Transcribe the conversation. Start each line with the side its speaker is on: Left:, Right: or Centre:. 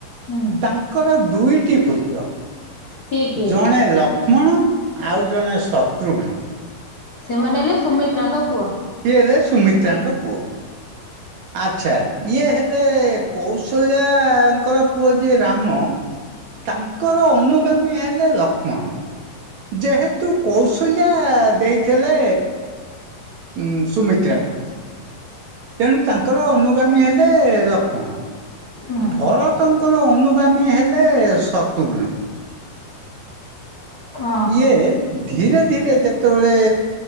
Left: ହୁଁ
Right: ତାଙ୍କର ଦୁଇଟି ପୁତ୍ର।
Left: କିଏ କିଏ?
Right: ଜଣେ ଲକ୍ଷ୍ମଣ ଆଉ ଜଣେ ଶତ୍ରୁଘ୍ନ।
Left: ସେମାନେ ହେଲେ ସୁମିତ୍ରାଙ୍କ ପୁଅ।
Right: ସିଏ ହେଲେ ସୁମିତ୍ରାଙ୍କ ପୁଅ। ଆଛା ଇଏ ହେଲେ କୌଶଲ୍ୟାଙ୍କର ପୁଅ ଯିଏ ରାମ। ତାଙ୍କର ଅନୁଗାମୀ ହେଲେ ଲକ୍ଷ୍ମଣ। ଯେହେତୁ କୌଶଲ୍ୟା ଆ ଦେଇଥିଲେ। ଉଁ ସୁମିତ୍ରାଙ୍କୁ ତେଣୁ ତାଙ୍କର ଅନୁଗାମୀ ହେଲେ ଲକ୍ଷ୍ମଣ
Left: ହୁଁ
Right: ଭରତଙ୍କର ଅନୁ ଗାମୀ ହେଲେ ଶତୁଘ୍ନ।
Left: ଓହୋ।
Right: ଇଏ ଧୀରେ ଧୀରେ ଯେତେବେଳେ